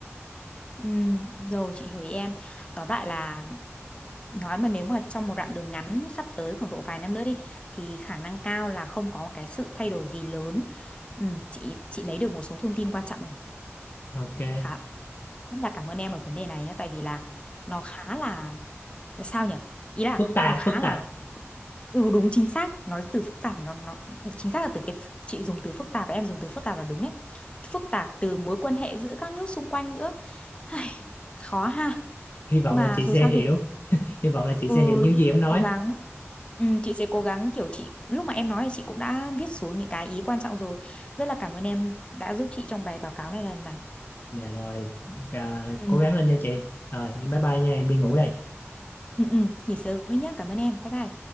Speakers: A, on the left (about 25°); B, on the left (about 45°).
A: Ừm, rồi chị hỏi em. Tóm lại là nói mà nếu mà trong một đoạn đường ngắn sắp tới khoảng độ vài năm nữa đi thì khả năng cao là không có cái sự thay đổi gì lớn. Ừm, chị chị lấy được một số thông tin quan trọng rồi.
B: ok
A: Khá rất là cảm ơn em ở vấn đề này nhé, tại vì là nó khá là, là sao nhỉ? Ý là
B: phức tạp
A: nó khá
B: phức
A: là
B: tạp
A: ừ đúng chính xác, nói từ phức tạp nó nó chính xác là từ cái phức- chị dùng từ phức tạp và em dùng từ phức tạp là đúng đấy. Phức tạp từ mối quan hệ giữa các nước xung quanh nữa. Ai, khó ha
B: hy vọng
A: nhưng mà
B: là chị
A: dù
B: sẽ
A: sao
B: hiểu
A: thì
B: hy vọng là chị
A: ừ,
B: sẽ hiểu những
A: chị
B: gì em
A: sẽ
B: nói
A: cố gắng ừ, chị sẽ cố gắng kiểu chị lúc mà em nói thì chị cũng đã viết xuống những cái ý quan trọng rồi rất là cảm ơn em đã giúp chị trong bài báo cáo này lần này
B: dạ rồi à,
A: ừ,
B: cố gắng lên nha chị rồi em bye bye nha em đi ngủ đây
A: ừ, ừ. nghỉ sớm đi nhá cảm ơn em bye bye